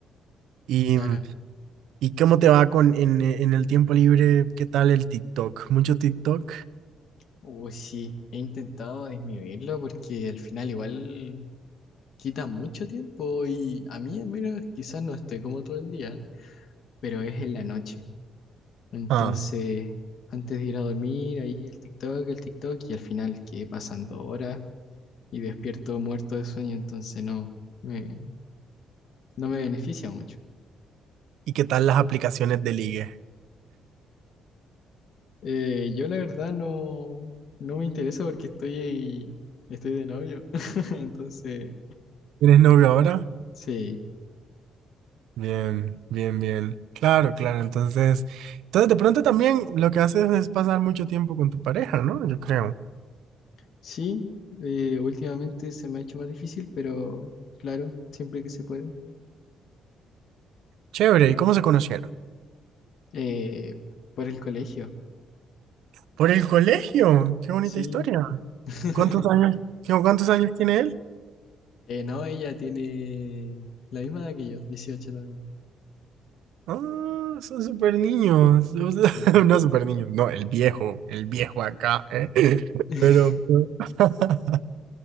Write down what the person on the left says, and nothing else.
claro.
Uy, sí, he intentado disminuirlo porque al final igual quita mucho tiempo y a mí al menos quizás no estoy como todo el día, pero es en la noche. Entonces,
antes de ir a dormir, ahí el TikTok, el TikTok, y al final quedé pasando horas y despierto muerto de sueño, entonces no me, no me beneficia mucho.
Eh, yo la verdad no, no me interesa porque estoy ahí- estoy de novio. <laughs> Entonces,
sí,
sí, eh, últimamente se me ha hecho más difícil, pero claro, siempre que se puede.
Eh, por el colegio,
sí.
<laughs>
Eh, no, ella tiene la misma edad que yo, 18 también.
Sí.
<laughs>